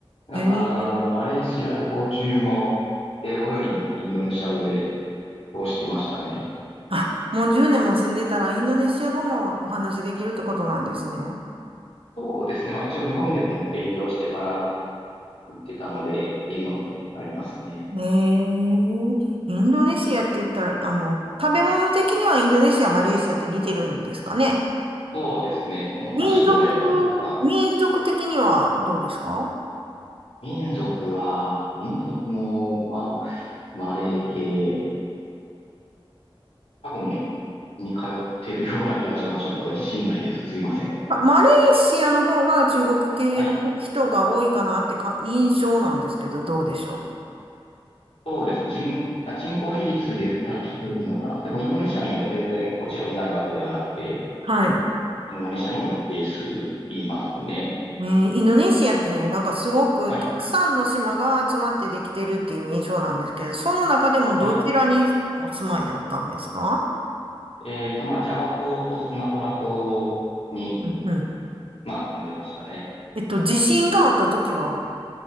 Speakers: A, on the left; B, on the right.
A: だから、
B: ええ。
A: マレーシア旅行中も、英語よりもインドネシア語で通してましたね。
B: あ、もう10年も住んでたらインドネシア語もお話しできるってことなんですね。
A: そうですね。まあ一応日本でも勉強してから行ってたので、っていうのもありますね。
B: ええ。インドネシアって言ったら、あの、食べ物的にはインドネシア、マレーシアって似てるんですかね。
A: そうですね。もうナシゴレンだとか、
B: 民族、民族的にはどうですか
A: 民族は、民族も、まあ、マレー系、多分、に通ってるような気がします。ちょっと自信ないです。すいません。
B: あマレーシアの方が中国系の人が多いかなってか印象なんですけど、
A: はい。
B: どうでしょう。
A: そうですね。人、あ人口比率で言ったら多分多いのかな。でもインドネシアにも全然もちろんいないわけではなくて、
B: はい。
A: インドネシアにも一定数いますね。
B: ね、インドネシアってね、なんかすごくたくさんの島が集まってできてるっていう印象なんですけど、
A: はい。
B: その中でもどちらにお住まいだったんですか
A: はい。えっと、まあ、ジャワ島とスマトラ島に、
B: うんうん。
A: まあ、住んでましたね。
B: えっと、地震があった時は